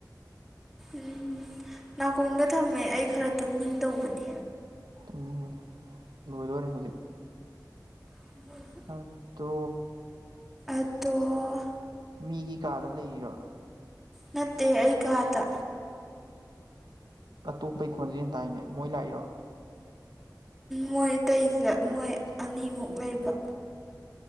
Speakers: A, in the centre; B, on the right.
A: ꯎꯝ <unintelligible> ꯅꯥꯀꯣꯡꯗ ꯊꯝꯃꯦ ꯑꯩ ꯈꯔ ꯇꯨꯝꯅꯤꯡꯗꯧꯕꯅꯤ
B: ꯇꯨꯝꯅꯤꯡꯕꯅ ꯂꯣꯏꯗꯣꯔꯦ ꯍꯧꯖꯤꯛ
A: ꯎꯝ
B: ꯑꯗꯣ
A: ꯑꯗꯣ
B: ꯃꯤꯒꯤ ꯀꯥꯗ ꯂꯩꯔꯤꯔꯣ
A: ꯅꯠꯇꯦ ꯑꯩ ꯀꯥꯗ
B: ꯑꯇꯣꯞꯄꯒꯤ ꯈꯣꯟꯖꯦꯜ ꯇꯥꯏꯅꯦ ꯃꯣꯏ ꯂꯥꯛꯏꯔꯣ
A: ꯃꯣꯏ ꯑꯇꯩꯁꯤꯗ ꯃꯣꯏ ꯑꯅꯤꯃꯨꯛ ꯂꯩꯕ